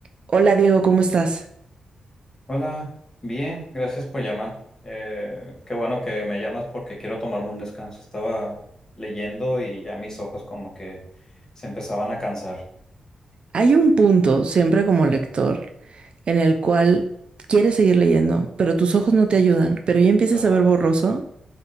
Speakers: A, on the right; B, on the left.
A: Hola Diego, ¿cómo estás?
B: Hola, bien, gracias por llamar. Eh, qué bueno que me llamas porque quiero tomarme un descanso. Estaba leyendo y ya mis ojos como que se empezaban a cansar.
A: Hay un punto, siempre como lector, en el cual quieres seguir leyendo, pero tus ojos no te ayudan, pero ya empiezas
B: Ah,
A: a ver borroso.